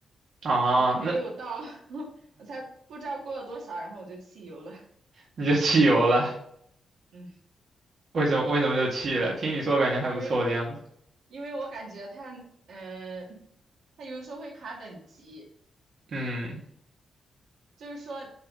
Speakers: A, on the right (about 55°); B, on the right (about 75°).
A: 啊。
B: 我还没有到，
A: 那
B: <laughs> 我才不知道过了多少，然后我就弃游了。
A: 你就弃游了？
B: 嗯，
A: 为什么为什么就弃了？听你说感觉还不错的样子。
B: 因为因为我感觉他呃，他有的时候会卡等级，
A: 嗯，
B: 就是说